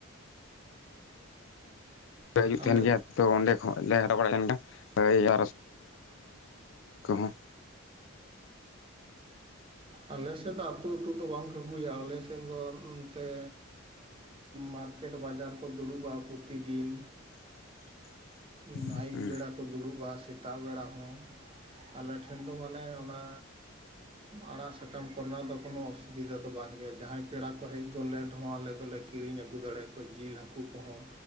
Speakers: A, on the left; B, on the right.
A: ᱦᱤᱡᱩᱜ
B: ᱟᱞᱮ
A: ᱛᱟᱦᱮᱱ ᱜᱮᱭᱟ ᱛᱚ ᱚᱸᱰᱮ ᱠᱷᱚᱱ ᱞᱮ ᱦᱟᱛᱟᱣ ᱵᱟᱲᱟᱜ ᱠᱟᱱ ᱜᱮᱭᱟ᱾ <unintelligible>
B: ᱟᱞᱮ ᱥᱮᱫᱟᱜ ᱟᱹᱛᱩ-ᱟᱹᱛᱩ ᱫᱚ ᱵᱟᱝ ᱠᱚ ᱟᱹᱜᱩᱭᱟ᱾ ᱟᱞᱮ ᱥᱮᱫ ᱫᱚ ᱮᱚᱱᱛᱮ ᱢᱟᱨᱠᱮᱴ ᱵᱟᱡᱟᱨ ᱠᱚ ᱫᱩᱲᱩᱵᱼᱟ ᱯᱨᱚᱛᱤᱫᱤᱱ᱾
A: <inaudible>
B: ᱩᱸ ᱱᱟᱹᱭᱩᱵ
A: ᱦᱩᱸ
B: ᱵᱮᱲᱟ ᱠᱚ ᱫᱩᱲᱩᱵᱼᱟ ᱥᱮᱛᱟᱜ ᱵᱮᱲᱟ ᱦᱚᱸ ᱟᱞᱮ <unintelligible> ᱴᱷᱮᱱ ᱫᱚ ᱢᱟᱱᱮ ᱚᱱᱟ ᱟᱲᱟᱜ ᱥᱟᱠᱟᱢ ᱠᱚᱨᱮᱱᱟᱜ ᱫᱚ ᱠᱳᱱᱳ ᱚᱥᱩᱵᱤᱫᱷᱟ ᱫᱚ ᱵᱟᱝ ᱦᱩᱭᱩᱜᱼᱟ, ᱡᱟᱦᱟᱸᱭ ᱯᱮᱲᱟ ᱠᱚ ᱦᱮᱡ ᱜᱚᱫ ᱞᱮᱱ ᱨᱮᱦᱚᱸ ᱟᱞᱮ ᱫᱚᱞᱮ ᱠᱤᱨᱤᱧ ᱟᱹᱜᱩ ᱫᱟᱲᱮ ᱠᱚᱣᱟ ᱡᱤᱞ ᱦᱟᱹᱠᱩ ᱠᱚᱦᱚᱸ